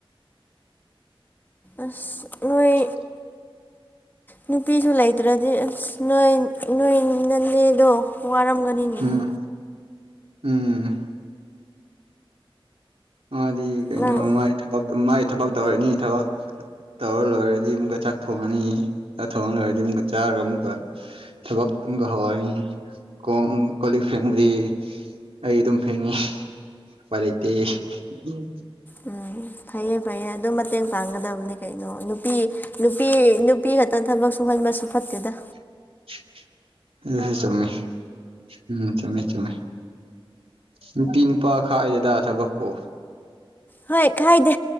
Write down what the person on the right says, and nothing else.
ꯑꯣꯝ
ꯎꯝ ꯎꯝ ꯃꯥꯗꯤ ꯀꯩꯅꯣꯥꯏ
ꯃꯥꯏ ꯊꯕꯛ ꯇꯧꯔꯅꯤ ꯊꯕꯛ ꯇꯧꯔ ꯂꯣꯏꯔꯗꯤ ꯑꯃꯨꯛꯀ ꯆꯥꯛ ꯊꯣꯡꯉꯅꯤ ꯊꯣꯡ ꯂꯩꯣꯏꯔꯗꯤ ꯑꯃꯨꯛꯀ ꯆꯥꯔꯒ ꯑꯃꯨꯛꯀ ꯊꯕꯛ ꯑꯃꯨꯛꯀ ꯍꯧꯍꯅꯤꯡꯉꯤ ꯀꯣꯡ ꯀꯣ ꯂꯤꯛ ꯐꯦꯡꯕꯗꯤ ꯑꯩ ꯑꯗꯨꯝ ꯐꯦꯡꯉꯤ ꯎꯄꯥꯏ ꯂꯩꯇꯦ ꯎꯝ
<inaudible> ꯑꯦ ꯆꯃꯦ ꯎꯝ ꯆꯃꯦ ꯆꯃꯦ ꯅꯨꯄꯤ ꯅꯨꯄꯥ ꯈꯥꯏꯗꯦꯗꯥ ꯊꯕꯛꯄꯣ